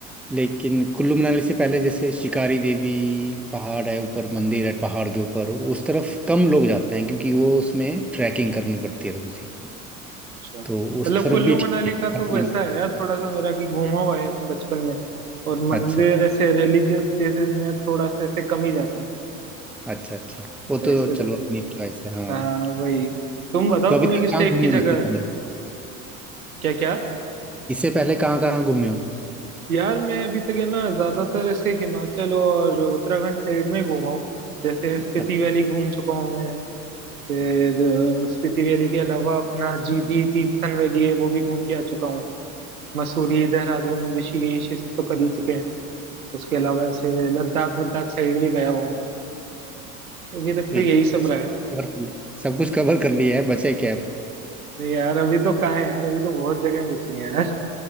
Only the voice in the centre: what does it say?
लेकिन कुल्लू मनाली से पहले जैसे शिकारी देवी पहाड़ है ऊपर मंदिर है पहाड़ के ऊपर उस तरफ कम लोग जाते हैं क्योंकि वो उसमें ट्रैकिंग करनी पड़ती है थोड़ी सी
तो उस
तरफ
भी ठीक
है
इधर
कोई
नहीं।
अच्छा
अच्छा अच्छा वो
तो
चलो
अपनी चॉइस है हाँ
तो अभी
तक
कहाँ
घूमे
हो
इससे पहले
इससे पहले कहाँ कहाँ घूमे हो
अब
तो
ये
तो
सब
कुछ कवर कर लिया सब कुछ कवर कर लिया है बचे क्या अब